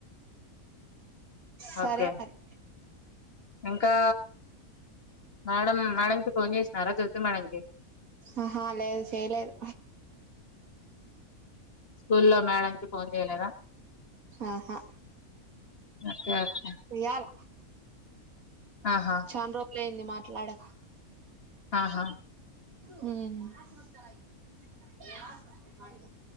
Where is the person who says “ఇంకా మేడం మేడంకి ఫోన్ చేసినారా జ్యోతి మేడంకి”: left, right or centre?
Left